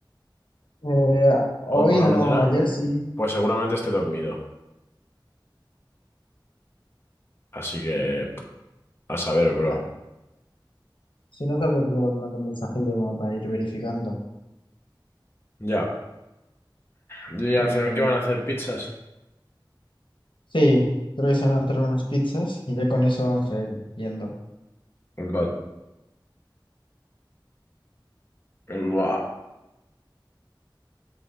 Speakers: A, on the left (about 75°); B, on the left (about 30°).
A: Eh, hoy
B: Hoy por la
A: no,
B: mañana,
A: ayer sí.
B: pues seguramente esté dormido. Así que, a saber, bro.
A: Ya. Si no, tal vez luego le mando un mensajillo como para ir verificando.
B: Ya. Y al
A: Eh,
B: final, ¿qué van a hacer? ¿Pizzas?
A: sí, creo que se van a traer unas pizzas y ya con eso vamos a ir viendo.
B: God. Buah,